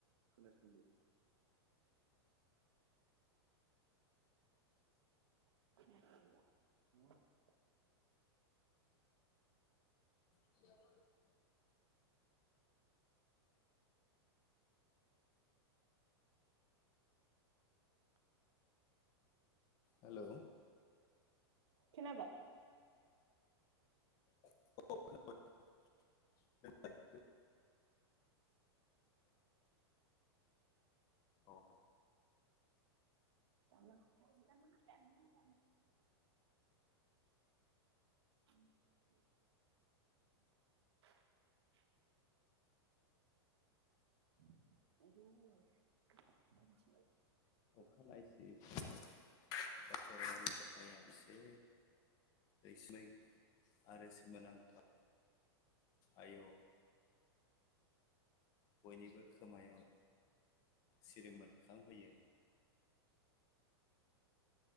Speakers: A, on the right; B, on the left.
A: खोनासंदो। खोनायाखैबा?
B: <unintelligible> हेल'
A: खोनाबाय?
B: औ खोनाबाय नोंलाय? अ'
A: जालां दाबो खोनाया? <inaudible> <unintelligible>
B: अखा नायसि समाव जाफेरनायनि खोथाया बोसो रैसुमै आरो सोमोनांथाव आय' बयनिबो खोमायाव सिरि मोनखांहोयो।